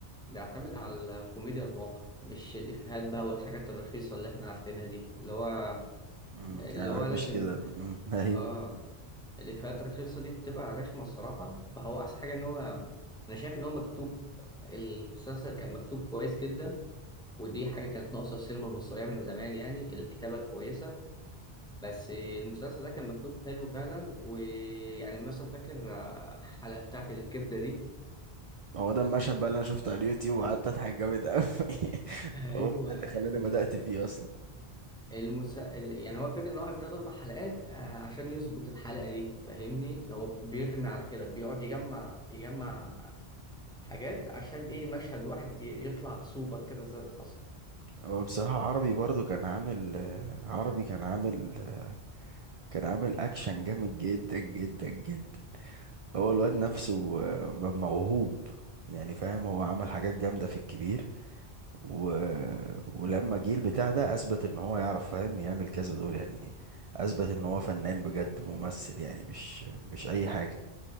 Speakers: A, in the centre; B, on the right.
A: بيعتمد على الكوميديا المواقع مش الافيهات بقى والحاجات الرخيصه اللي احنا عارفينها دي اللي هو
B: امم
A: اللي
B: انا ما
A: هو
B: بحبش
A: لازم
B: كده
A: ت...
B: امم <laughs> ايوه
A: اه الافيهات الرخيصه دي بتبقى رخمه الصراحه فهو احسن حاجه ان هو انا شايف ان هو مكتوب المسلسل كان مكتوب كويس جدا ودي حاجه كانت ناقصه السينما المصريه من زمان يعني الكتابه الكويسه بس المسلسل ده كان مكتوب حلو فعلا ويعني مثلا فاكر آه، الحلقه بتاعت الكبده دي
B: هو ده المشهد بقى اللي انا شفته على اليوتيوب وقعدت اضحك جامد قوي <laughs>
A: ايوه
B: هو ده اللي خلاني
A: ال-
B: بدأت فيه اصلا
A: المسا... ال- يعني هو الفكره ان هو ابتدى اربع حلقات آه، عشان يظبط الحلقه دي فاهمني هو بيرمي على كده بيقعد يجمع يجمع حاجات عشان ايه مشهد واحد ي- يطلع سوبر كده زي اللي حصل
B: هو بصراحة عربي برضو كان عامل آه، عربي كان عامل آه، كان عامل اكشن جامد جدا جدا جدا هو الواد نفسه آه، م- موهوب يعني فاهم هو عمل حاجات جامدة في الكبير و... ولما جه البتاع ده اثبت ان هو يعرف فاهم يعمل كذا دور يعني اثبت ان هو فنان بجد ممثل يعني مش مش اي حاجة